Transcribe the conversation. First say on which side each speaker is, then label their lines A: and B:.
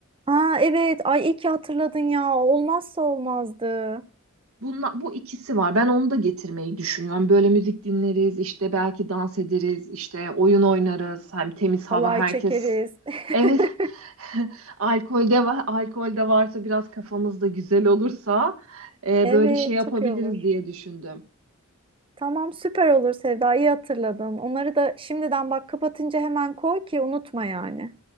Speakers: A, on the right; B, on the right.
A: Aa evet. Ay iyi ki hatırladın ya. Olmazsa olmazdı.
B: Bunla, bu ikisi var. Ben onu da getirmeyi düşünüyorum. Böyle müzik dinleriz, işte belki dans ederiz, işte oyun oynarız. Hem temiz hava
A: Halay
B: herkes.
A: çekeriz. <laughs>
B: Evet. <laughs> Alkolde var, alkolde varsa biraz kafamız da güzel olursa e,
A: Evet,
B: böyle şey yapabiliriz
A: çok iyi olur.
B: diye düşündüm.
A: Tamam, süper olur Sevda. iyi hatırladın. Onları da şimdiden bak kapatınca hemen koy ki unutma yani.